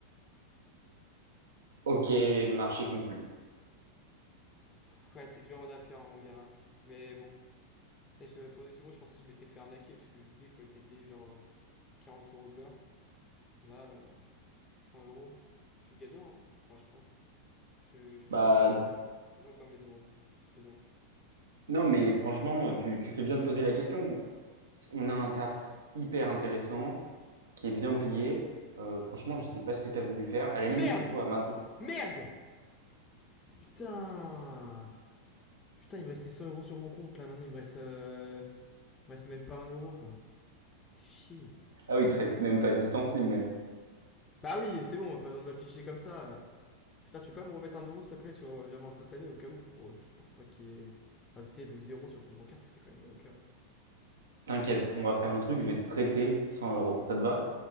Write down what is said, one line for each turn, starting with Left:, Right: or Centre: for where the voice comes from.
Right: Ok, marché conclu.
Left: Pff, Ouais, t'es dur en affaires, hein, mon gars. hein. Mais bon. Et je, pendant des secondes, je pensais que je m'étais fait arnaquer parce que j'oubliais qu'on était payé genre euh, 40 euros de l'heure. Là, euh, c'est 100 euros. Je suis gagnant, hein. Enfin, je crois. Je, je,
Right: Bah
Left: j'en perds, j'en perds mes neurones. Je deviens fou.
Right: non, mais franchement, tu, tu fais bien de poser la question. On a un taf hyper intéressant, qui est bien payé. Euh, franchement, je sais pas ce que tu as voulu faire. À la limite,
Left: Merde!
Right: c'est quoi maintenant?
Left: Merde! Putain! Putain, il me restait 100 euros sur mon compte là. Maintenant, il me reste, euh, il me reste même pas un euro quoi. Chier.
Right: Ah oui, il te reste même pas 10 centimes même.
Left: Bah oui, c'est bon, pas besoin de m'afficher comme ça. Putain, tu peux pas me remettre un euro s'il te plaît sur euh, virement instantané au cas où pour euh, juste pour pas qu'il y ait. Enfin, c'était le zéro sur le compte bancaire, ça fait quand même mal au cœur.
Right: T'inquiète, on va faire un truc, je vais te prêter 100 euros. Ça te va?